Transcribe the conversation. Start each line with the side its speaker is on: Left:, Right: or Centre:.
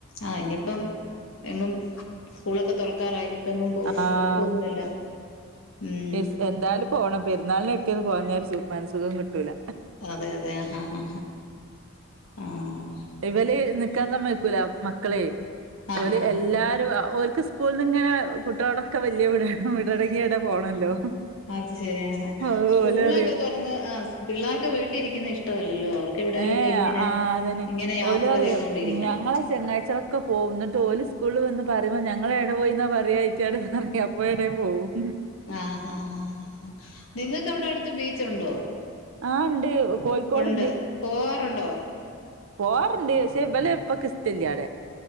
Left: ആഹ് ഇനിയിപ്പം എങ്ങും സ്കൂളൊക്കെ തൊറക്കാറായി ഇനി എങ്ങും പോ
Right: ആഹ്
Left: പോക്കൊന്നുല്ല ഉം
Right: ഇസ് എന്തായാലും പോണം പെരുന്നാളിനെക്കൊന്ന് <unintelligible> മനസുഖകിട്ടൂല
Left: അതെ അതെ ആഹ് ആഹ്
Right: <unintelligible> നിക്കാ സമ്മയക്കൂല മക്കളെ
Left: ആ
Right: ഓല്
Left: ഹാ
Right: എല്ലാരും
Left: ഹാ
Right: ഓൽക്ക് സ്കൂളിന്നങ്ങനെ കുട്ടിയോടൊക്കെ വല്യ വിട വീടണങ്ങി എവിടെ പോണല്ലോ
Left: അത് ശരിയാ
Right: അത്
Left: സ്കൂളൊക്കെ
Right: ഓല് പറയും
Left: തൊറന്ന് ആഹ് പിള്ളാർക്ക് വീട്ടിരിക്കുന്നത് ഇഷ്ടല്ലല്ലോ അവർക്ക് എവിടേലുമൊക്കെ
Right: ഏഹ്
Left: ഇങ്ങനെ
Right: ആഹ് അതന്നെ
Left: ഇങ്ങനെ യാത്ര
Right: ഓല് പറയും
Left: ചെയ്തോണ്ടിരിക്കണം.
Right: ഞങ്ങളെ ചങ്ങായിച്ചളൊക്കെപോ എന്നിട്ട് ഓല് സ്കൂള് വന്ന് പറുയുമ്പോ ഞങ്ങളെ എവിടെ പോയിന്നാ പറയച്ചാട് പറയു അപ്പേ <unintelligible> പോവും
Left: ആഹ് ആഹ് നിങ്ങൾക്ക് അവിടെ അടുത്ത് ബീച്ചുണ്ടോ
Right: ആഹ് ഉണ്ട് കോഴിക്കോട്ണ്ട്
Left: ഉണ്ട്. പോവാറുണ്ടോ?
Right: പോവാറുണ്ട് പക്ഷേ ഇവല് ഇപ്പൊ ഇഷ്ട ഇല്ല അവിടെ